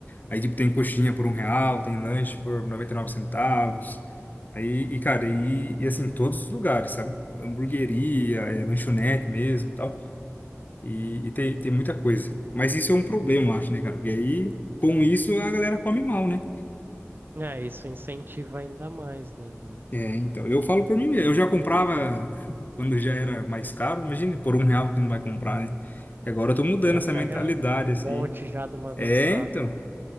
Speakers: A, on the left (about 40°); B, on the right (about 45°).
A: Aí, tipo, tem coxinha por um real, tem lanche por 99 centavos. Aí, e, cara, e, e assim, todos os lugares, sabe? Hamburgueria, é, lanchonete mesmo e tal. E, e tem, tem muita coisa. Mas isso é um problema, eu acho, né, cara? Porque aí, com isso, a galera come mal, né?
B: É, isso incentiva ainda mais, né? daí?
A: É, então, eu falo por mim mesmo. Eu já comprava <laughs> quando já era mais caro. Imagine por um real que não vai comprar, né? E agora eu tô mudando
B: Já
A: essa
B: pega
A: mentalidade,
B: um
A: assim.
B: monte já de uma
A: É,
B: vez só.
A: então.